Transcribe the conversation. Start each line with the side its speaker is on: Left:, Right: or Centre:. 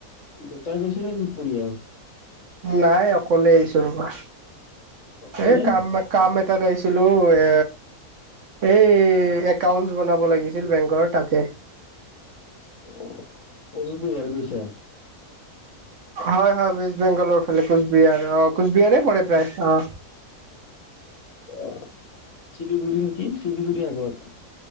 Left: গোটাই গৈছে নেকি পৰিয়াল?
Right: নাই অকলে আহিছোঁ ৰবা
Left: অকলে
Right: এই কাম কাম এটাত আহিছিলোঁ এ এই একাউন্টচ বনাব লাগিছিল বেংকৰ তাকে।
Left: <unintelligible> কোচ বিহাৰ গৈছা?
Right: হয়-হয় ৱেষ্ট বেংগলৰ ফালে কোচবিহাৰ অ, কোচবিহাৰে পৰে প্ৰায় অ।
Left: অ, শিলিগুৰিৰ কি শিলিগুৰি আগত।